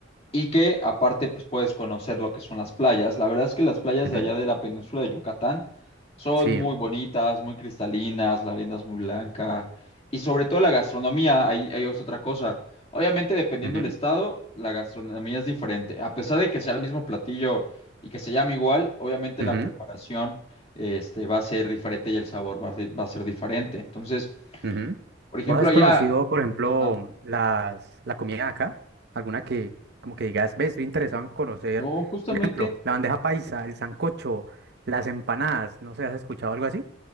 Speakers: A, on the left; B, on the right.
A: Y que aparte pues puedes conocer lo que son las playas. La verdad es que las playas
B: ujú.
A: de allá de la península de Yucatán son
B: Sí.
A: muy bonitas, muy cristalinas, la arena es muy blanca y sobre todo la gastronomía, ahí, ahí es otra cosa. Obviamente dependiendo
B: ujú,
A: del estado, la gastronomía es diferente. A pesar de que sea el mismo platillo y que se llame igual, obviamente
B: ujú,
A: la preparación este, va a ser diferente y el sabor va a, va a ser diferente. Entonces,
B: ujú.
A: por ejemplo,
B: ¿Vos has
A: allá...
B: conocido, por ejemplo,
A: Ajá.
B: las, la comida de acá? ¿Alguna que como que digas, ves, estoy interesado en conocer?
A: No, justamente
B: Por ejemplo, la bandeja paisa, el sancocho, las empanadas. No sé, ¿has escuchado algo así?